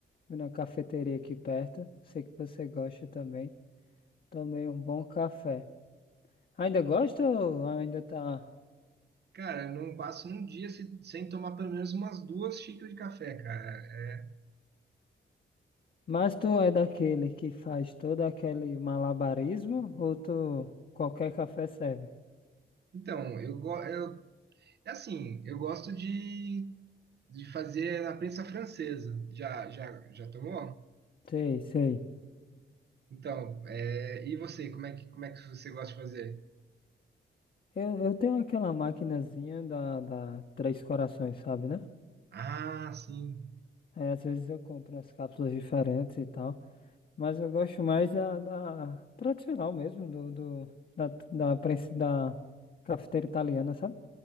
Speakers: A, on the left; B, on the right.
A: Fui na cafeteria aqui perto. Sei que você gosta também. Tomei um bom café. Ainda gosta ou ainda tá?
B: Cara, eu não passo um dia se- sem tomar pelo menos umas duas xícaras de café, cara. É,
A: Mas tu é daquele que faz todo aquele malabarismo ou tu qualquer café serve?
B: Então, eu, go- eu é assim, eu gosto de, de fazer na prensa francesa. Já, já, já tomou?
A: Sei, sei.
B: Então, é, e você, como é que, como é que você gosta de fazer?
A: Eu, eu tenho aquela maquinazinha da, da Três Corações, sabe, né?
B: Ah, sim.
A: Aí às vezes eu compro as cápsulas diferentes e tal. Mas eu gosto mais da, da tradicional mesmo, do, do, da, da, prensa- da cafeteira italiana, sabe?